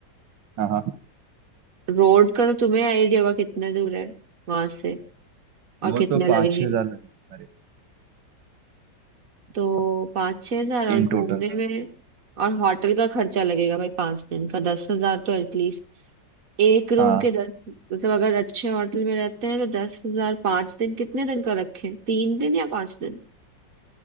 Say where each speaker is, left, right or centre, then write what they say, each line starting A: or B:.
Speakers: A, on the right (about 80°); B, on the right (about 50°).
A: हाँ हाँ
B: रोड का तो तुम्हें आइडिया होगा कितना दूर है वहां से और
A: वो
B: कितने
A: तो
B: लगेंगे
A: पाँच छह हजार लगे हमारे
B: तो पाँच छह हजार और
A: इन
B: घूमने
A: टोटल में
B: में और होटल का खर्चा लगेगा भाई पांच दिन का दस हजार तो एटलीस्ट एक रूम
A: हाँ
B: के दस मतलब अगर अच्छे होटल में रहते हैं तो दस हजार पांच दिन कितने दिन का रखें तीन दिन या पांच दिन